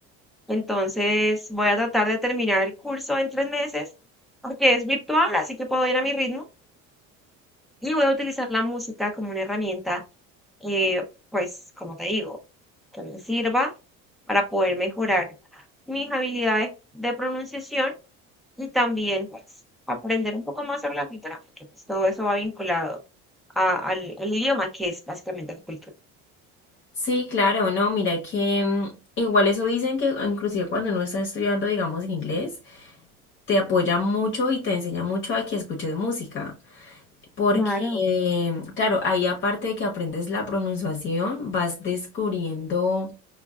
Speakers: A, in the centre; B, on the left.
A: Entonces voy a tratar de terminar el curso en tres meses porque es virtual, así que puedo ir a mi ritmo y voy a utilizar la música como una herramienta eh, pues, como te digo, que me sirva para poder mejorar mis habilidades de pronunciación y también, pues, aprender un poco más sobre la cultura, porque pues, todo eso va vinculado a- al, al idioma, que es básicamente la cultura.
B: Sí, claro, no, mira que mm, igual eso dicen que inclusive cuando uno está estudiando, digamos, en inglés, te apoya mucho y te enseña mucho a que escuches música. Porque,
A: Claro,
B: claro, ahí aparte de que aprendes la pronunciación, vas descubriendo